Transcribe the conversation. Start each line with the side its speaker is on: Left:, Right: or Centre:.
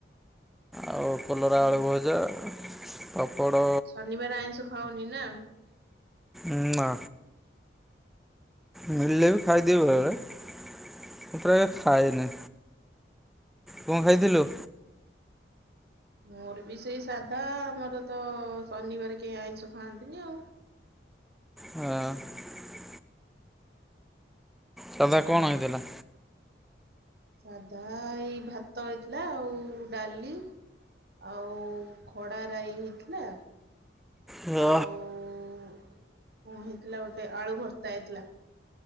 Centre: ଆଉ କଲରା
Right: ହୁଁ।
Centre: ଆଳୁ ଭଜା, ପାପଡ
Right: ଶନିବାର ଆଇଁଷ ଖାଉନି ନା?
Centre: ନା ମିଳିଲେ ବି ଖାଇଦିଏ
Right: ହୁଁ।
Centre: ବେଳେବେଳେ, ପ୍ରାୟ ଖାଏନି କଣ ଖାଇଥିଲୁ?
Right: ମୋର ବି ସେଇ ସାଧା ଆମର ତ ଶନିବାର କେହି ଆଇଁଷ ଖାଆନ୍ତିନି ଆଉ
Centre: ହଁ <unintelligible> ସଧା
Right: ହଁ
Centre: କଣ ହେଇଥିଲା?
Right: ସାଧା ଏଇ ଭାତ ହେଇଥିଲା ଆଉ ଡାଲି ଆଉ ଖଡାରାଇ ହେଇଥିଲା।
Centre: ହୁଁ
Right: ଆଉ କଣ ହେଇଥିଲା ଗୋଟେ ଆଳୁ ଭର୍ତ୍ତା ହେଇଥିଲା।